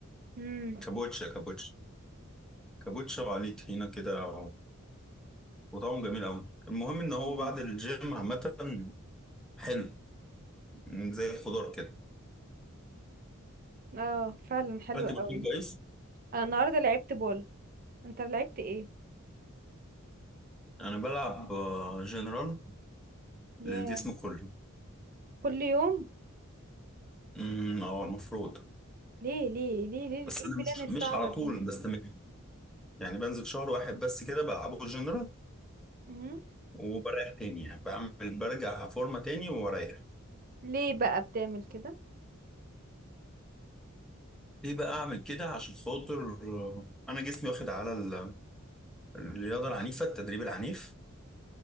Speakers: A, on the right (about 40°); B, in the centre.
A: امم
B: كابوتشا كابوتشا كابوتشا وعليه طحينه كده وطعمه جميل قوي المهم ان هو
A: مم.
B: بعد الجيم عامه حلو م، زي الخضار كده
A: اه فعلا حلو
B: اكلت
A: قوي
B: بروتين كويس
A: انا النهارده لعبت بول انت لعبت ايه
B: انا بلعب آه، جنرال
A: ياه
B: للجسم كله
A: كل يوم
B: امم اه المفروض
A: ليه ليه ليه ليه
B: بس
A: ايه
B: انا
A: البلان
B: مش
A: الصعبه
B: مش على
A: دي
B: طول بستمر يعني بنزل شهر واحد بس كده بلعبه جنرال
A: امم
B: وبريح تاني يعني بعمل برجع فورمه تاني واريح
A: ليه بقى بتعمل كده
B: ليه بقى اعمل كده عشان خاطر آه، انا جسمي واخد على ال- الرياضه العنيفه التدريب العنيف